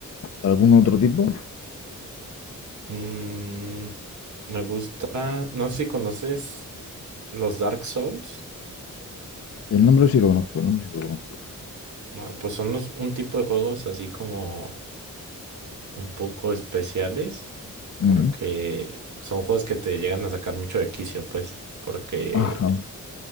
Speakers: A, on the left; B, on the right.
A: ¿Algún otro tipo?
B: Mm, me gusta, no sé si conoces los Dark Souls.
A: El nombre sí lo conozco, el nombre sí lo conozco.
B: No, pues son unos- un tipo de juegos así como un poco especiales
A: Ujú.
B: porque son juegos que te llegan a sacar mucho de quicio, pues, porque
A: Ajá,